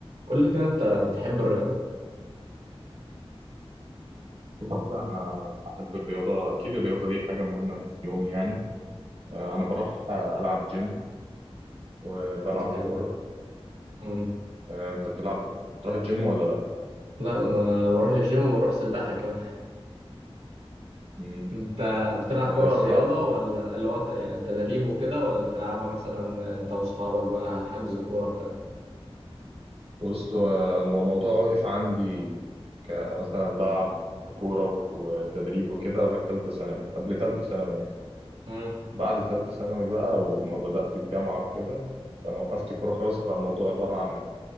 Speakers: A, on the right; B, on the right.
A: قول لي كده انت بتحب الرياضة؟
B: بصراحة أنا بحب الرياضة أكيد الرياضة دي حاجة مهمة في يومي يعني آه، أنا بروح آه، ألعب جيم وبلعب
A: ده
B: كورة
A: حلو مم.
B: آه، أنت بتلعب بتروح الجيم ولا لأ؟
A: لا ده انا بروح الجيم وبروح سباحة كمان
B: مم.
A: <laughs> انت بتلعب
B: آه،
A: كرة
B: الصراحة
A: رياضة ولا اللي هو ت- يعني تدريب وكده ولا بتلعبها مثلا انت واصحابك بقى حجز كورة بتاع
B: بص آه، هو الموضوع وقف عندي كمثلا بلعب كورة وتدريب وكده لغاية تالتة ثانوي قبل تالتة ثانوي يعني
A: امم
B: بعد تالتة ثانوي بقى وما بدأت الجامعة وكده فأنا وقفت كورة خالص بقى الموضوع عبارة عن